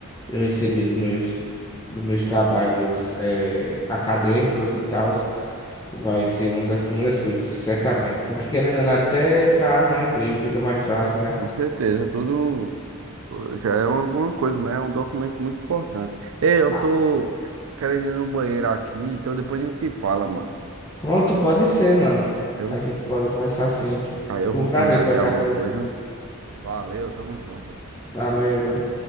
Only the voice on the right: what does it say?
com certeza, tudo eh, já é alguma coisa, né? É um documento muito importante. Ei, eu
tô querendo ir no banheiro aqui, então depois a gente se fala, mano.
Eu,
aí eu
vou
comer aqui
alguma
coisa. Valeu, tamo junto.